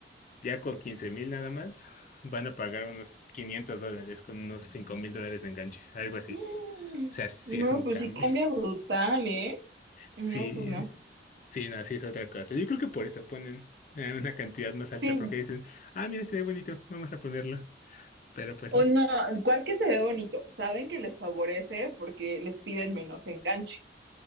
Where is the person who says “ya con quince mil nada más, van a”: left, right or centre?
Left